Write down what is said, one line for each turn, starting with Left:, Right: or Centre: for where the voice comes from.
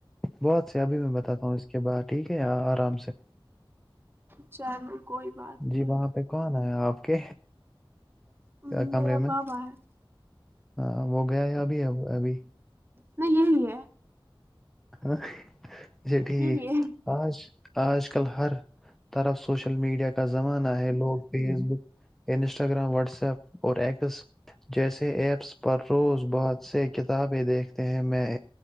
Centre: بہت سے ابھی میں بتا ہوں اس کے بع ٹھیک یہاں آرام سے
Right: چلو کوئی بات نہیں
Centre: جی وہاں پہ کون آیا آپ کے
Right: میرا
Centre: کمرے میں
Right: بابا ہے
Centre: ہاں وہ گیا ہے ابھی ابھی
Right: نہیں یہ لی ہے <unintelligible>
Centre: ہاں <unintelligible> جھ ٹھیک
Right: یہی ہے
Centre: آج <unintelligible> آج کل ہر طرف سوشل سوشل میڈیا کا زمانہ ہے لوگ فیس بک <unintelligible> انسٹاگرام واٹسپ اور ایکس جیسے ایپس پر روز بہت سے کتابیں دیکھتے ہیں میں